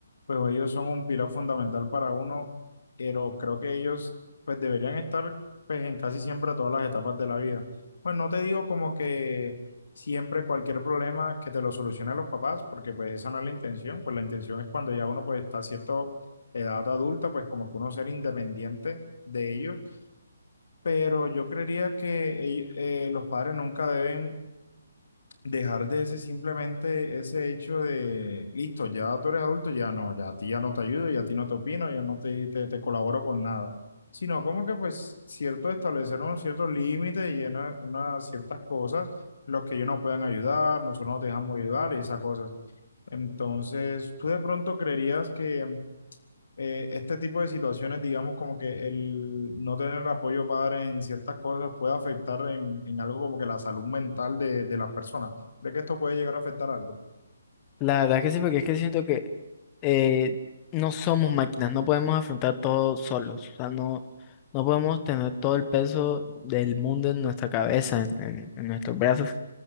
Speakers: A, on the left; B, on the left.
A: pues ellos son un pilar fundamental para uno, pero creo que ellos pues deberían estar pues en casi siempre todas las etapas de la vida. Pues no te digo como que siempre cualquier problema que te lo solucionen los papás, porque pues esa no es la intención, pues la intención es cuando ya uno pues está a cierta edad adulta, pues como que uno ser independiente de ellos, pero yo creería que ell- eh, los padres nunca deben Dejar de ese simplemente ese hecho de, listo, ya tú eres adulto, ya no, ya a ti ya no te ayudo, ya a ti no te opino, ya no te, te, te colaboro con nada, sino como que pues cierto establecer unos ciertos límites y una- unas ciertas cosas, los que ellos nos puedan ayudar, nosotros no te dejamos ayudar y esas cosas. Entonces, tú de pronto creerías que eh, este tipo de situaciones, digamos, como que el no tener apoyo padre en ciertas cosas puede afectar en, en algo como que la salud mental de, de las personas. ¿Cree que esto puede llegar a afectar algo?
B: La verdad que sí, porque es que siento que eh, no somos máquinas, no podemos afrontar todo solos, o sea, no, no podemos tener todo el peso del mundo en nuestra cabeza, en, en- en nuestros brazos.